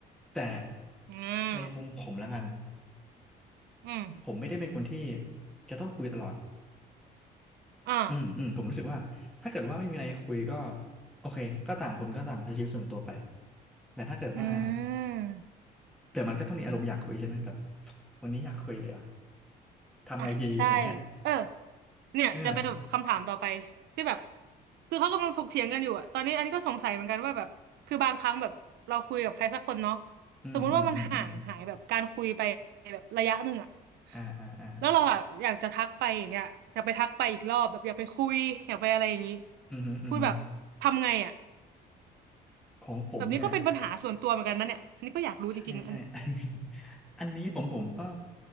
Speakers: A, in the centre; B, on the right.
A: แต่
B: อืม
A: ในมุมผมและกัน
B: อืม
A: ผมไม่ได้เป็นคนที่จะต้องคุยตลอด
B: อ่า
A: อืมอืมผมรู้สึกว่าถ้าเกิดว่าไม่มีอะไรคุยก็โอเคก็ต่างคนก็ต่างใช้ชีวิตส่วนตัวไปแต่ถ้าเกิดว่า
B: อืม
A: แต่มันก็ต้องมีอารมณ์อยากคุยใช่ไหมแบบ <tsk> วันนี้อยากคุยอ่ะทำไงดีอะไรเงี้ย
B: อ่ะใช่เออเนี่ยจะเป็นแบบคำถามต่อไปที่แบบ
A: เออ
B: คือเขากำลังถกเถียงกันอยู่อะตอนนี้อันนี้ก็สงสัยเหมือนกันว่าแบบคือบางครั้งแบบเราคุยกับใครสักคนเนาะ
A: อืมอืมอืมอืม
B: สมมุติว่ามันห่างหายแบบการคุยไปแบบระยะหนึ่งอะ
A: อ่าอ่าอ่า
B: แล้วเราอะอยากจะทักไปอย่างเงี้ยอยากไปทักไปอีกรอบแบบอยากไปคุยอยากไปอะไรอย่างงี้
A: อือหืออือหือ
B: พูดแบบทำไงอะ
A: ของผมเนี่ย
B: แบบนี้ก็เป็นปัญหาส่วนตัวเหมือนกันนะเนี่ยอันนี้ก็อยากรู้จริงๆนะอันเนี้ย
A: ใช่ใช่ <laughs> อันนี้ผมผมก็